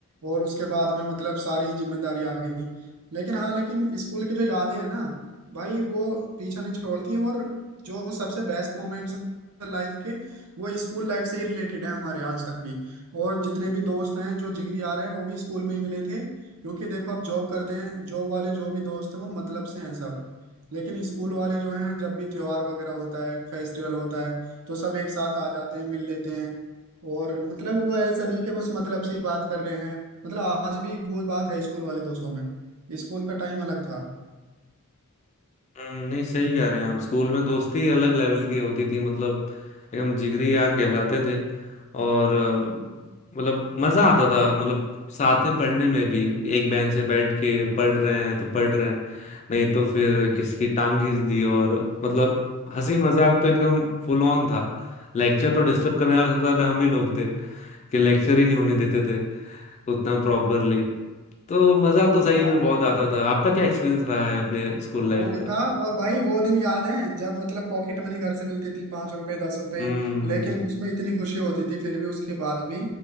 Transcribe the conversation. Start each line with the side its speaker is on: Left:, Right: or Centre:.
Right: और उसके बाद में मतलब सारी जिम्मेदारी आ गई लेकिन हाँ लेकिन स्कूल की जो यादें हैं ना भाई वो पीछा नहीं छोड़ती हैं और जो सबसे बेस्ट मोमेंट्स लाइफ के वो स्कूल लाइफ से ही रिलेटेड है हमारे आज तक भी और जितने भी दोस्त हैं जो जिगरी यार हैं वो भी स्कूल में ही मिले थे क्योंकि देखो अब जॉब करते हैं जॉब वाले जो भी दोस्त हैं वो मतलब से हैं सब लेकिन स्कूल वाले जो हैं जब भी त्योहार वगैरह होता है फेस्टिवल होता है तो सब एक साथ आ जाते हैं मिल लेते हैं और मतलब वो ऐसा नहीं कि बस मतलब से ही बात कर रहे हैं मतलब आज भी वो बात है स्कूल वाले दोस्तों में स्कूल का टाइम अलग था
Left: हम्म, नहीं सही कह रहे हैं आप स्कूल में दोस्ती अलग लेवल की होती थी मतलब एकदम जिगरी यार कहलाते थे और अ, मतलब मजा आता था मतलब साथ में पढ़ने में भी एक बेंच पे बैठ के पढ़ रहे हैं तो पढ़ रहे हैं नहीं तो फिर किसकी टांग घिस दी और मतलब हंसी मजाक तो एकदम फुल ऑन था लेक्चर तो डिस्टर्ब करने वाले सबसे ज्यादा हम ही लोग थे कि लेक्चर ही नहीं होने देते थे उतना प्रॉपरली तो मजा तो सही
Right: हाँ,
Left: में बहुत आता था आपका क्या एक्सपीरियंस रहा है अपने स्कूल
Right: वो
Left: लाइफ
Right: भी
Left: का
Right: था और भाई वो दिन याद है जब मतलब पॉकेट मनी घर से मिलती थी पांच रुपए दस रुपए
Left: हम्म
Right: लेकिन उसमें इतनी खुशी होती थी फिर भी उसके बाद भी